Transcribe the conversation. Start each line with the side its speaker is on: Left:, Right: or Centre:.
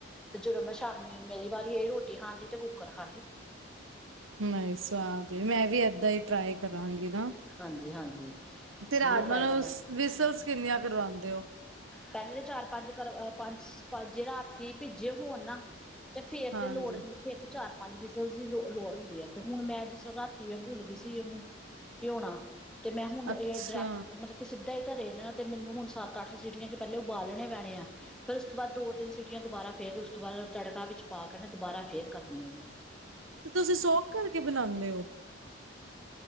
Centre: ਤੇ ਜਦੋਂ ਮੈਂ ਸ਼ਾਮੀ ਮੇਰੀ ਵਾਰੀ ਆਈ ਰੋਟੀ ਖਾਣ ਦੀ ਤੇ ਕੁੱਕਰ ਖਾਲੀ <inaudible>
Right: ਨਹੀ ਸੁਆਦ, ਮੈਂ ਵੀ ਏਦਾਂ ਹੀ ਟਰਾਈ ਕਰਾਂਗੀ ਨਾ
Centre: ਹਾਂਜੀ- ਹਾਂਜੀ
Right: ਤੇ ਰਾਜਮਾਂਹ
Centre: ਜ਼ਰੂਰ ਟਰਾਈ
Right: ਨੂੰ,
Centre: ਕਰਨਾ
Right: ਵਿਸਲਸ ਕਿੰਨੀਆਂ ਕਰਵਾਉਂਦੇ ਹੋ
Centre: ਪਹਿਲੇ ਤਾਂ ਚਾਰ- ਪੰਜ ਕਰ ਪੰਜ ਪੰਜੇ ਰਾਤੀ ਭਿੱਜੇ ਹੋਣ ਨਾ ਤੇ ਫਿਰ
Right: ਹਾਂਜੀ।
Centre: ਤੇ ਲੋੜ ਨਹੀਂ ਫਿਰ ਤੇ ਚਾਰ- ਪੰਜ ਵਿਸਲਸ ਦੀ ਲੋ ਲੋੜ ਹੁੰਦੀ ਹੈ ਤੇ ਹੁਣ ਮੈਂ ਜਿਸ ਰਾਤੀ ਮੈਂ ਭੁੱਲ ਗਈ ਸੀ ਇਹਨੂੰ ਭਿਉਣਾ, ਤੇ ਮੈਂ ਹੁਣ
Right: ਅੱਛਾ।
Centre: ਇਹ ਡਾਇਰੈਕਟ ਮਤਲਬ ਕਿ ਸਿੱਧਾ ਹੀ ਧਰੇਹੇ ਨੇ ਨਾ ਤੇ ਮੈਨੂੰ ਹੁਣ ਸੱਤ- ਅੱਠ ਸੀਟੀਆਂ ਤੋਂ ਪਹਿਲੇ ਉਬਾਲਣੇ ਪੈਣੇ ਆ ਫੇਰ ਉਸ ਤੋਂ ਬਾਅਦ ਦੋ ਤਿੰਨ ਸੀਟੀਆਂ ਦੁਬਾਰਾ ਫੇਰ ਉਸ ਤੋਂ ਬਾਅਦ ਤੜਕਾ ਵਿੱਚ ਪਾ ਕੇ ਨਾ ਦੁਬਾਰਾ ਫੇਰ ਕਰਨੀ ਆ ਮੈਂ
Right: ਤੇ ਤੁਸੀਂ ਸੋਕ ਕਰਕੇ ਬਣਾਉਂਦੇ ਹੋ